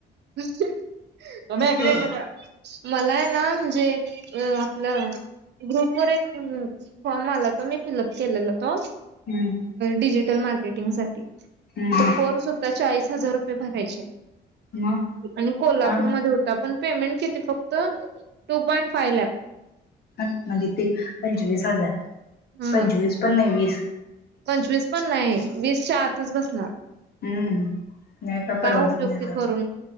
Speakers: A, on the right; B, on the left.
A: सम्या इकडं
B: की
A: ये गं जरा. मला आहे ना म्हणजे आपलं ग्रुपवर एक फॉर्म आला होता मी फिलअप केलेलं. तो
B: हम्म
A: डिजिटल मार्के- मीटिंगसा
B: हम्म हम्म
A: तो कोर्स होता चाळीस हजार रुपये भरायचे.
B: मग
A: आणि कोल्हापूरमध्ये
B: आम
A: होता. पण, पेमेंट किती फक्त टू पॉईंट फाइव लाख.
B: हं म्हणजे ते पंचवीस हजार.
A: हा
B: पंचवीस पण. तेवीस.
A: पंचवीस पण नाही वीसच्या आतच बसणार.
B: हम्म नाही
A: मग काय
B: परवडत
A: उपयोग
B: नाही
A: ते
B: ज
A: करून